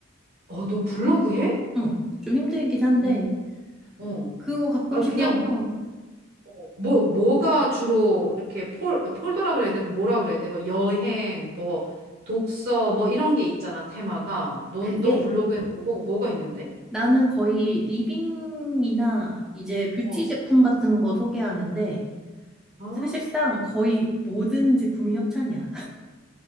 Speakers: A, on the right (about 50°); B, in the centre.
A: 어, 너 블로그 해?
B: 응, 좀 힘들긴 한데,
A: 응, 어.
B: 그거 가끔씩
A: 아, 그냥,
B: 하면,
A: 어, 뭐, 뭐가 주로 이렇게 폴, 폴더라 그래야 돼? 그 뭐라 그래야 돼? 뭐, 여행, 뭐, 독서, 뭐, 이런 게 있잖아, 테마가. 넌,
B: 그게
A: 너 블로그에 뭐, 뭐가 뭐가 있는데?
B: 나는 거의 리빙이나 이제 뷰티
A: 어.
B: 제품 같은 거 소개하는데,
A: 아,
B: 사실상 거의 모든 제품이 협찬이야.